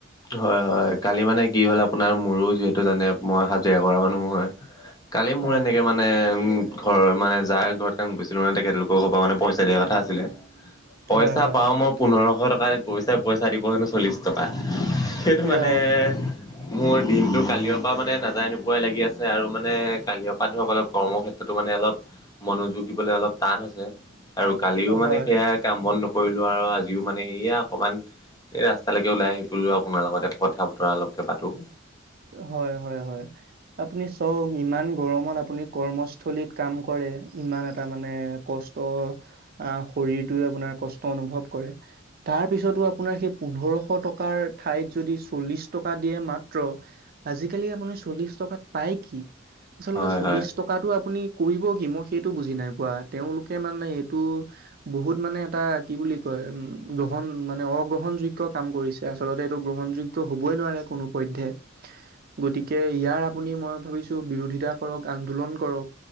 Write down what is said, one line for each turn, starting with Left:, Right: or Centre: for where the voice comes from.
Left: হয় হয় কালি মানে কি হ'ল আপোনাৰ মোৰো যিহেতু জানে মই হাজিৰা কৰা মানুহ হয়। কালি মোৰ
Right: হয়
Left: এনেকে মাত নে উম ঘৰ মানে যাৰ ঘৰত কাম কৰিছিলো তেখেতলোকৰ ঘৰ পা মানে পইচা দিয়া কথা আছিলে। পইচা
Right: হয় হয়
Left: পাও মই পোন্ধৰশ টকা কৈছে পইচা দিব হেনো চল্লিশ টকা। সেইটো
Right: অ
Left: মানে মোৰ দিনতটো কালিৰ পৰা মানে নাযায় নোপোৱাই লাগি আছ- আৰু মানে কালিৰ পৰা ধৰক অলপ কৰ্মক্ষেত্ৰতো মানে অলপ মনোযোগ দিবলৈ অলপ টান হৈছে আৰু কালিও মানে
Right: হয়
Left: সেয়াত কাম বন নকৰিলো আৰু আজিও মানে এয়া অকণমান এই ৰাস্তালেকে ওলাই আহিব তোইয়ো আপোনাৰ লগতে কথা বতৰা অলপকে পাতোঁ।
Right: হয় হয় হয়। আপুনি চওক ইমান গৰমত আপুনি কৰ্মস্থলীত কাম কৰে ইমান এটা মানে কষ্ট আহ শৰীৰটোৱে আপোনাৰ কষ্ট অনুভৱ কৰে। তাৰপিছতো আপোনাৰ সেই পোন্ধৰশ টকাৰ ঠাইত যদি চল্লিশ টকা দিয়ে মাত ত্ৰ আজি কালি আপুনি চল্লিছ টকাত পাই কি আচলতে
Left: হয়
Right: চল্লিছ
Left: হয়
Right: টকাটো আপুনি কৰিব কি মই সেইটো বুজি নাই পোৱা তেওঁলোকে মানে এইটো বহুত মানে এটা কি বুলি কয় উম গ্ৰহণ মানে অগ্ৰহণযোগ্য কাম কৰিছে আচলতে এইটো গ্ৰহণযোগ্য টো হবই নোৱাৰে কোনো পধ্য গতিকে ইয়াৰ আপুনি মই ভাবিছ- বিৰোধিতা কৰক আন্দোলন কৰক